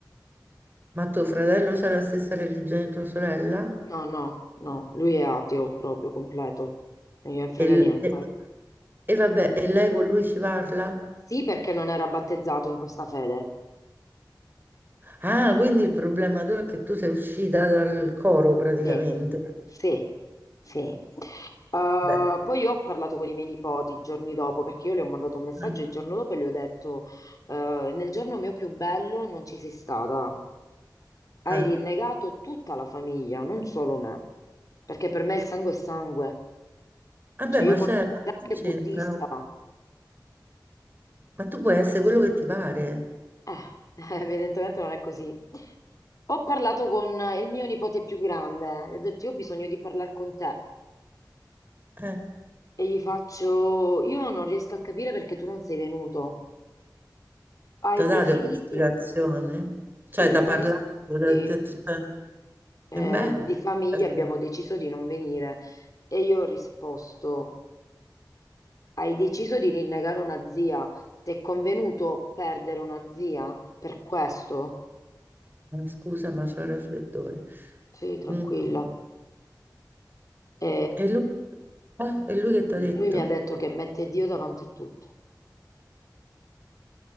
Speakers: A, on the right; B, on the left.
A: Ma tuo fratello c'ha la stessa religione di tua sorella?
B: No, no, no, lui è ateo proprio completo, non gliene frega
A: E, l-
B: niente.
A: e- e vabbè, e lei con lui ci parla?
B: Sì, perché non era battezzato in questa fede.
A: Ah, quindi il problema tuo è che tu sei uscita dal coro praticamente.
B: Sì, sì, sì. Eh,
A: Beh,
B: poi ho parlato con i miei nipoti i giorni dopo perché io le ho mandato un messaggio
A: eh,
B: il giorno dopo e le ho detto: eh, Nel giorno mio più bello non ci sei stata. Hai
A: eh.
B: rinnegato tutta la famiglia, non solo me. Perché per me il sangue è sangue.
A: Vabbè,
B: Cioè,
A: ma
B: io
A: certo,
B: posso essere
A: che
B: anche
A: c'entra.
B: buddista.
A: Ma tu puoi essere quello che ti pare.
B: Eh, <laughs> evidentemente non è così. Ho parlato con il mio nipote più grande e ho detto: Io ho bisogno di parlare con te.
A: Eh.
B: E gli faccio, io non riesco a capire perché tu non sei venuto. Hai
A: Ti ho dato
B: preferito?
A: un'ispirazione?
B: Sì,
A: Cioè, ti
B: la
A: ha
B: mia
A: parlato?
B: risposta,
A: t'ha detto-
B: sì.
A: cioè,
B: Eh,
A: E beh,
B: di famiglia
A: aspetta.
B: abbiamo deciso di non venire. E io ho risposto, hai deciso di rinnegare una zia. Ti è convenuto perdere una zia per questo?
A: scusa, ma c'ho il raffreddore.
B: Sì, tranquilla.
A: Mm,
B: E
A: E lui, eh, e lui che ti
B: lui
A: ha detto?
B: mi ha detto che mette Dio davanti a tutto.